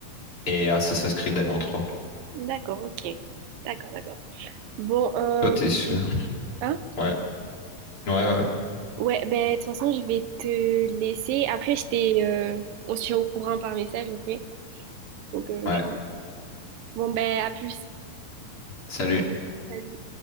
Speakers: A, on the left; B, on the right.
A: Et Assassin's Creed, allez, en 3.
B: D'accord, ok. D'accord, d'accord. Bon, euh,
A: Toi, t'es sûr?
B: hein?
A: Ouais. Ouais, ouais, ouais.
B: Ouais, ben, de toute façon, je vais te laisser. Après, je t'ai, euh, on se tient au courant par message, ok? Donc, euh,
A: Ouais.
B: je- Bon, ben, à plus.
A: Salut.
B: Salut.